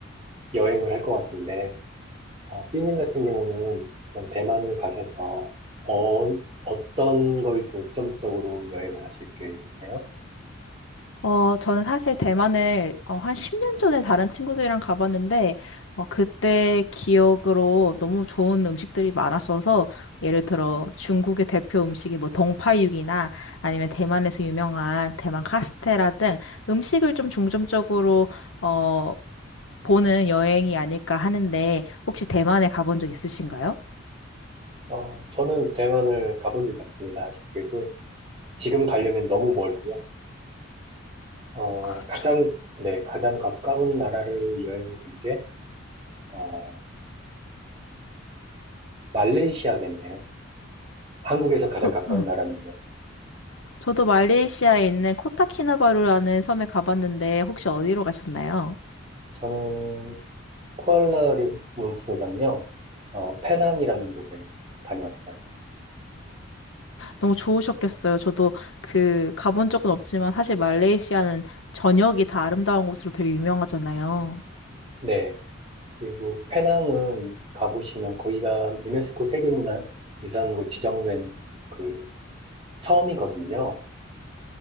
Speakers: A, on the right; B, on the left.
A: 여행을 할 것 같은데 어, 삐님 같은 경우는 그럼 대만을 가셔서 어, 어떤 걸 중점적으로 여행을 하실 계획이세요?
B: 어, 저는 사실 대만을 어, 한 10년 전에 다른 친구들이랑 가봤는데, 어, 그때 기억으로 너무 좋은 음식들이 많았어서, 예를 들어 중국의 대표 음식이 뭐 동파육이나 아니면 대만에서 유명한 대만 카스테라 등 음식을 좀 중점적으로, 어, 보는 여행이 아닐까 하는데, 혹시 대만에 가본 적 있으신가요?
A: 어, 저는 대만을 가본 적이 없습니다. 아쉽게도 지금 가려면 너무 멀고요. 어,
B: 그렇죠.
A: 가장, 네, 가장 가까운 나라를 여행해 본 게, 어, 말레이시아겠네요. 한국에서 가장
B: 저,
A: 가까운
B: 응.
A: 나라는요.
B: 저도 말레이시아에 있는 코타키나바루라는 섬에 가봤는데, 혹시 어디로 가셨나요?
A: 저는 쿠알라룸푸르랑요, 어, 페낭이라는 곳에 다녀왔어요.
B: 너무 좋으셨겠어요. 저도 그 가본 적은 없지만 사실 말레이시아는 전역이 다 아름다운 곳으로 되게 유명하잖아요.
A: 네. 그리고 페낭은 가보시면 거기가 유네스코 세계문화유산으로 지정된 그 섬이거든요.